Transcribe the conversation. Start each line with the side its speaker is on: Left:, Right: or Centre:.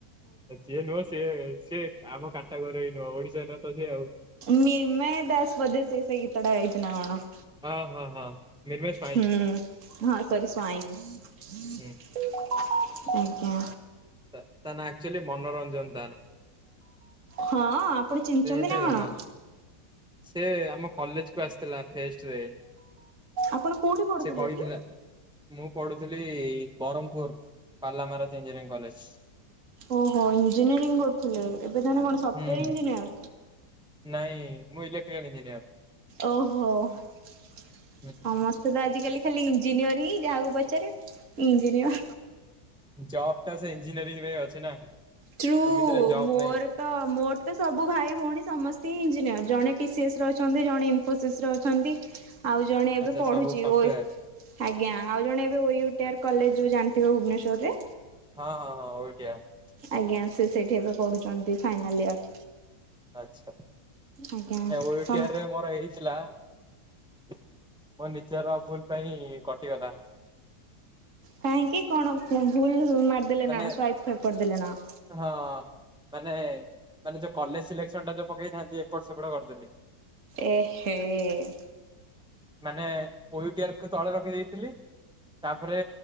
Centre: ଯିଏ ନୁହଁ ସିଏ ସିଏ ଆମ କାଟାଗୋରି ଇ ନୁହଁ ଓଡିଶା ଦତ୍ତ ସିଏ।
Right: ମିର୍ମାଇ ଦାସ ବୋଧେ ସେ ସେଇ ଗିତଟା‌ ଗାଇଚି ନା କଣ।
Centre: ହଁ ହଁ ହଁ ମିର୍ମେଇ ସ୍ୱାଇଁ।
Right: ହୁଁ ହଁ ସରି ସ୍ୱାଇଁ
Centre: ହୁଁ
Right: ଆଜ୍ଞା।
Centre: ତା ତା ନା ଆକ୍ଚୁଆଲି ମନୋଞ୍ଜନ।
Right: ହଁ ଆପଣ ଚିହ୍ନିଛନ୍ତି
Centre: ସେ ଗୋଟେ
Right: ନା କଣ।
Centre: ହଁ। ସେ ଆମ କଲେଜକୁ ଆସିଥିଲା। ଫେଷ୍ଟରେ।
Right: ଆପଣ କୋଉଠି ପଢୁଥିଲେ
Centre: ସେ କହିଥିଲା
Right: କି?
Centre: ମୁଁ ପଢୁଥିଲି ବରମପୁର ପାଲା ମାରାଜ ଇଞ୍ଜିନିଅରିଂ କଲେଜ।
Right: ଓହୋ ଇଞ୍ଜିନିୟରିଂ କରୁଥିଲେ ଏବେ ତାହଲେ କଣ ସଫ୍ଟଓୟାର
Centre: ହୁଁ
Right: ଇଞ୍ଜିନିୟର।
Centre: ନାଇଁ ମୁଁ ଇଲେକ୍ଟ୍ରିକାଲ ଇଞ୍ଜିନିୟର।
Right: ଓହୋଓ ସମସ୍ତେ
Centre: ହୁଁ।
Right: ତ ଆଜିକାଲି। ଖାଲି ଇଞ୍ଜିନିୟରିହି ଯାହାକୁ ପଚାରେ ଇଞ୍ଜିନିୟର।
Centre: ଜବ୍ଟା ସେ ଇଞ୍ଜିନିୟରିଂରେ ଅଛି ନା।
Right: ଟ୍ରୁ
Centre: ସେମିତିରେ ଜବ୍
Right: ମୋରତ
Centre: ନାହିଁ
Right: ମୋରତ ସବୁ ଭାଇ ଭଉଣୀ ସମସ୍ତେ ହିଁ ଇଞ୍ଜିନିୟର ଜଣେ। ଇସିସିସିରେ ଅଛନ୍ତି ଜଣେ ଇନଫୋସିସ ଅଛନ୍ତି। ଆଉ ଜଣେ ଏବେ
Centre: ଆଚ୍ଛା
Right: ପଢୁଛି
Centre: ସବୁ ସଫ୍ଟୱେର
Right: ଓଏସ ଆଜ୍ଞା ଆଉ ଜଣେ ଏବେ ଓଟିଏଆର କଲେଜ ଯୋଉ ଜାଣି ଥିବେ ଭୁବନେଶ୍ଵରରେ।
Centre: ହଁ ହଁ ହଁ ଓଟିଆର।
Right: ଆଜ୍ଞା ସେ ସେଇଠି ଏବେ ପଢୁଛନ୍ତି ଫାଇନାଲ ଇୟର।
Centre: ଆଛା
Right: ଆଜ୍ଞା
Centre: ଓଏଟିଆରେ
Right: ସମ୍
Centre: ମୋର ହେଇଥିଲା। ମୋ ନିଜର ଭୁଲ ପାଇଁ କଟିଗଲା।
Right: କାହିଁକି କଣ ଭୁଲ ମାରିଦେଲେ
Centre: ମାନେ
Right: ନା କଣ ସ୍ଵାୟତ କରିଦେଲେ ନାକଣ।
Centre: ହଁ। ମାନେ ମାନେ ଯୋଉ କଲେଜ ସିଲେକ୍ସନ ଟା ଯୋଉ ପକେଇଥାନ୍ତି ଏପଟ ସେପଟ କରିଦେଲି।
Right: ଏହେ ଏ।
Centre: ମାନେ ଓଏଟିଆର ତଳେ ରଖି ଦେଇେଇଥିଲି ତାପରେ